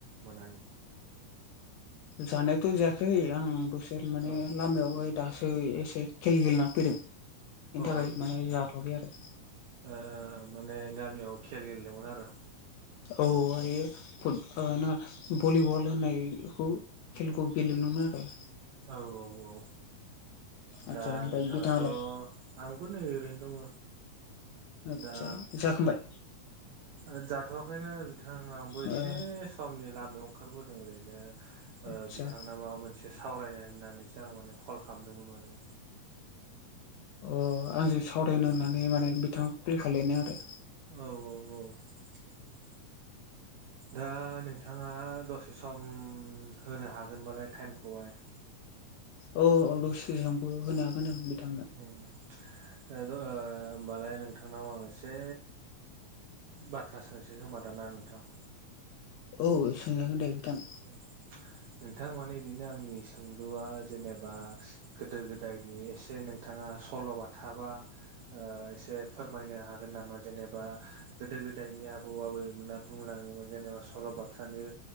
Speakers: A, on the right; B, on the left.
A: मोनानि
B: जानायथ' जायाखै आं बोसोर माने
A: औ अ
B: लामायावहाय दासो एसे खेल गेलेना फैदों। बिनि
A: ओ
B: थाखाय माने लाथयाखै आरो
A: ओ माने गामियाव खेल गेलेदोंमोन आरो
B: औ औ आयो फुथ ओ ना भलिबल होनायखौ खेलखौ गेलेनोमोन आरो
A: औ औ औ।
B: आदसा
A: दा
B: ओमफ्राय
A: नोंथाङाथ'
B: बिथाङालाय
A: आंबो नै ओरैनो दङ।
B: आदसा
A: दा
B: जाखांबाय
A: ओ जाथयाखैनो बिथां आंबो एसे
B: ओ
A: समनि लामायाव ओंखारबोदों ओरैनो ओ
B: आदसा
A: बिथांना माबा मोनसे सावरायनो होननानैसो आं माने कल खालामदोंमोन माने
B: अ आंजों सावरायनो होननानै माने बिथाङा कल खालायनो आरो
A: औ औ औ दा नोंथाङा दसे सम होनो हागोनबालाय टाइमखौहाय। <inaudible>
B: औ औ दसे समबो होनो हागोन आं बिथांनो
A: उम ओ द ओ होमबालाय नोंथांनाव आं एसे बाथ्रा सोंसै खोमादां दा नोंथां
B: औ सोंजागोन दे बिथां
A: औ। नोंथां माने इदिनो आंनि सोंलुया जेनेबा गोदो गोदायनि एसे नोंथाङा सल'बाथाबा ओ एसे फोरमायनो हागोन नामा जेनेबा गोदो गोदायनि। नि आबौ आबैमोना बुंलाङोमोन जेनेबा सल बाथ्राखो